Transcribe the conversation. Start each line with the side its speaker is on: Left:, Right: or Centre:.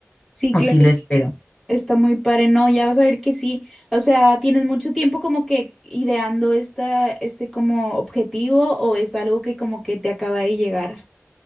Centre: Sí,
Left: o
Centre: claro,
Left: sí lo espero.
Centre: está muy padre, ¿no? Ya vas a ver que sí. O sea, ¿tienes mucho tiempo como que ideando esta, este como objetivo o es algo que como que te acaba de llegar?